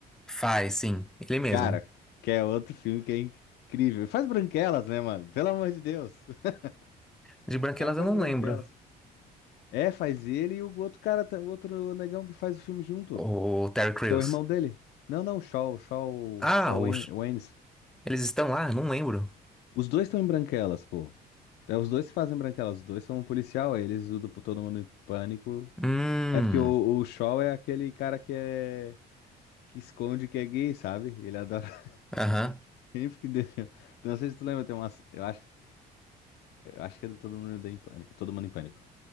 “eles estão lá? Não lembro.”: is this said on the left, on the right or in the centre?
Centre